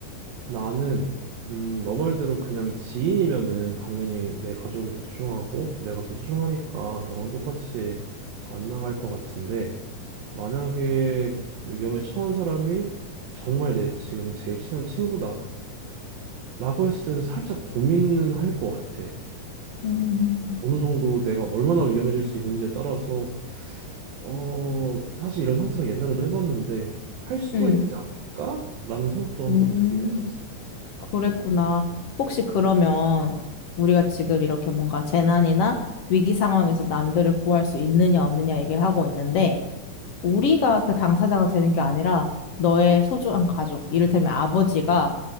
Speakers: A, on the right; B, on the left.
A: 나는, 음, 너 말대로 그냥 지인이면은 당연히 내 가족이 더 소중하고 내가 더 소중하니까 너랑 똑같이 안 나갈 것 같은데 만약에 위험에 처한 사람이 정말 내 지금 제일 친한 친구다 라고 했을 때는 살짝 고민은 할 것 같아.
B: 음,
A: 어느 정도 내가 얼마나 위험해질 수 있는지에 따라서 어 사실 이런 상상을 옛날에도 해봤는데 할 수도
B: 음,
A: 있지 않을까라는 생각도 한번
B: 음,
A: 들긴 했었어.
B: 그랬구나. 혹시 그러면 우리가 지금 이렇게 뭔가 재난이나 위기 상황에서 남들을 구할 수 있느냐 없느냐 얘기를 하고 있는데
A: 음.
B: 우리가 그 당사자가 되는 게 아니라 너의 소중한 가족, 이를테면 아버지가